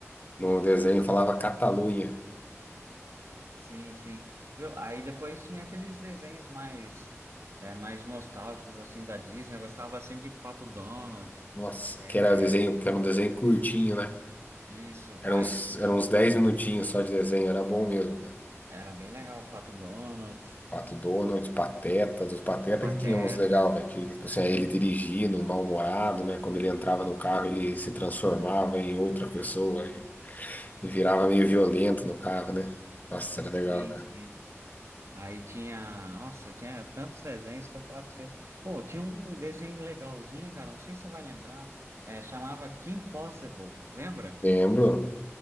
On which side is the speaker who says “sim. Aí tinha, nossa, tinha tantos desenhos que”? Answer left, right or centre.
Right